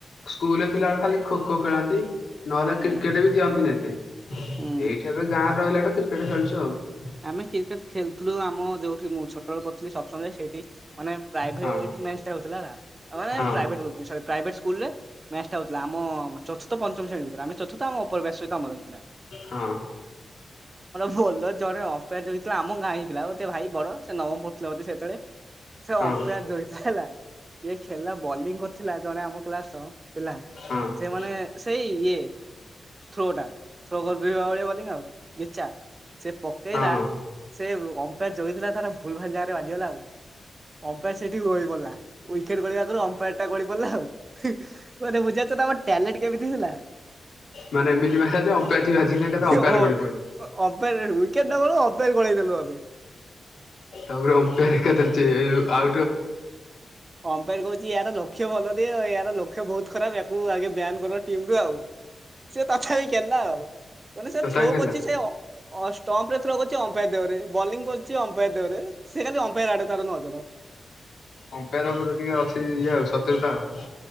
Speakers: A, on the left; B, on the right.
A: ସ୍କୁଲ ପିଲାଗୁରା ଖାଲି ଖୋ ଖୋ ଖେଳାନ୍ତି। ନହେଲେ
B: ହୁଁ
A: କ୍ରିକେଟ ବି ଦିଅନ୍ତିନି ଏତେ,
B: ହୁଁ।
A: ଏଇଠି ଏବେ ଗାଁରେ ରହିଲାଠୁ କ୍ରିକେଟ ଖେଳୁଛୁ ଆଉ।
B: ଆମେ କ୍ରିକେଟ ଖେଳୁଥିଲୁ ଆମ ଯୋଉଠି ମୁଁ ଛୋଟବେଳୁ ପଢୁଥିଲି ସପ୍ତମ ସେଇଠି ମାନେ ପ୍ରାଇଭେଟ
A: ହଁ।
B: ମ୍ୟାଚ୍ ଟା ହୋଉଥିଲା ହେଲା ମାନେ
A: ହଁ
B: ପ୍ରାଇଭେଟ୍ ହୋହୁଚି ସରି ପ୍ରାଇଭେଟ୍ ସ୍କୁଲ୍ ରେ ମ୍ୟାଚ୍ ଟା ହୋଉଥିଲା ଆମ ଚତର୍ଥ ପଞ୍ଚମ ଶ୍ରେଣୀ ଭିତରେ ଆମେ ଚତୁର୍ଥ ଆମ ଉପରି ବ୍ୟାଚ ସହିତ ଆମର ଥିଲା।
A: ହଁ।
B: ଭଲ ଜଣେ ଓମ୍ପେର୍ ଯୋ ହେଇଥିଲା ଆମ ଗାଁ ହେଇଥିଲା ଗୋଟେ ଭାଇ ବଡ ସେ ନବମ ପଢୁଥିଲା ବଧେ ସେତେବେଳେ ସେ
A: ହଁ
B: ଅମ୍ପାୟାର ଜ <unintelligible> ଇଏ ଖେଳିଲା ବୋଲିଂ କରିଥିଲା ଜଣେ ଆମ କ୍ଲାସ ର ପି
A: ହଁ
B: ସେମାନେ ସେଇ ଇଏ ଥ୍ରୋ ଟା ଥ୍ରୋ କର ଭଳିଆ ବୋଲିଙ୍ଗ ଆଉ କେଚା। ସେ ପକେଇଲା
A: ହଁ ହଁ
B: ସେ ଅମ୍ପାର ଜଗେଇଥିଲା ତାର ଭୁଲ ଭାଲ ଜାଗାରେ ବାଜିଗଲା ଆଉ। ଅମ୍ପୟାର ସେଠି ରହିଗଲା ୱିକେଟ୍‌ଖେଳିବା ଆଗରୁ ଅମ୍ପୟାର ଟା ଗଳି ପଡିଲା ଆଉ ମାନେ ବୁଝାରୁଛ ତା ଟ୍ୟାଲେଟ୍ କେମିତି ହେଲା?
A: ମାନେ ଏମିତି ମାଇଲା ଯେ ଅମ୍ପେୟାର ଠି ବାଜିକି ଏକାଥରେ ଅମ୍ପେୟାର
B: ଓ
A: ଗଳି ପଇଲା
B: ଅମ୍ପୟାର ୱିକେଟ୍‌ ନ କ ଅମ୍ପାୟର ଗଳେଇ <unintelligible> ଆମେ
A: ତାପରେ ଅମ୍ପୟା ଏକାଥରେ ଖତର ଆ
B: ଅମ୍ପୋର କୋହୁଚି ୟାର ଲକ୍ଷ୍ୟ ଭଲ ଦିଏ ୟାର ଲକ୍ଷ୍ୟ ବୋହୁତ ଖରାପ୍ ୟାକୁ ଆଗେ ତାଙ୍କ ଟିମରୁ ଆଉ ସେ ତଥାପି ଖେଳିଲା ଆଉେ ସେ
A: ତଥାପି
B: ଥ୍ରୋ
A: ଖେଳିଲା।
B: କରିଛି ଅ ଅଁ ଷ୍ଟମ୍ପ ରେ ଥର କରଚି ଅମ୍ପାୟର ଦେହରେ ବୋଲିଂ କରୁଚି ଅମ୍ପାୟାର ଦେହ ରେ ସେ ଖାଲି ଅମ୍ପାୟାର ଆଡ଼େ ତାର ନଜର।
A: ଅମ୍ପାର ଉପରେ ଟିକେ ଅଛି ଇଏ ଆଉ ସତ୍ୟତା ଆଉ।